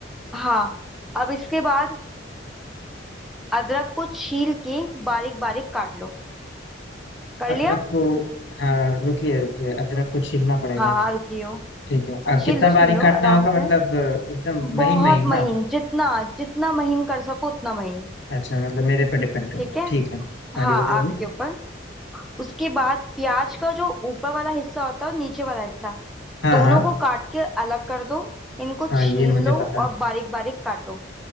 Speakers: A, in the centre; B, on the left (about 75°).
A: हाँ अब इसके बाद अदरक को छील के बारीक बारीक काट लो कर
B: अदरक
A: लिया
B: को हाँ रुकिए रुकिए अदरक को छीलना पड़ेगा
A: हाँ हाँ रुकी हूँ
B: ठीक है अब
A: छील
B: कितना
A: लो छील
B: बारीक
A: लो
B: काटना
A: आराम
B: होगा
A: से
B: मतलब अ, एकदम महीन
A: बहुत
B: महीन
A: महीन
B: ना
A: जितना जितना महीन कर सको उतना महीन
B: अच्छा मतलब मेरे पर डिपेंड करता
A: ठीक
B: है
A: है
B: ठीक है
A: हाँ
B: आगे बताइए
A: आपके ऊपर उसके बाद प्याज का जो ऊपर वाला हिस्सा होता है और नीचे वाला हिस्सा
B: हाँ
A: दोनों
B: हाँ
A: को काट के अलग कर दो इनको
B: हाँ
A: छील
B: ये मुझे
A: लो
B: पता
A: और बारीक बारीक काटो